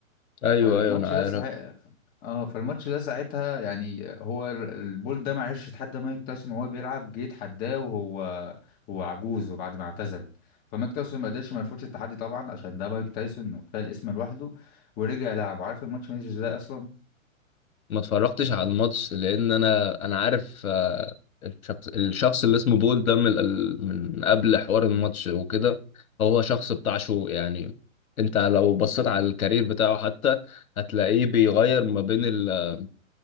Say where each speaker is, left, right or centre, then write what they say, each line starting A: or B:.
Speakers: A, on the left; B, on the left.
A: ايوه
B: فالماتش
A: ايوه انا عارف
B: ده ساعة اه فالماتش ده ساعتها يعني هو ال- البول ده معرفش يتحدى مايك تايسون وهو بيلعب جه يتحداه وهو هو عجوز وبعد ما اعتزل فمايك تايسون ما قدرش ما يرفضش التحدي طبعا عشان ده مايك تايسون وكفايه الاسم لوحده ورجع لعب عارف الماتش ماشي ازاي اصلا
A: ما اتفرجتش على الماتش لان انا انا عارف آه، الشخص الشخص اللي اسمه بول ده من ال- من قبل حوار الماتش وكده هو شخص بتاع شو يعني انت لو بصيت على الكارير بتاعه حتى هتلاقيه بيغير ما بين ال...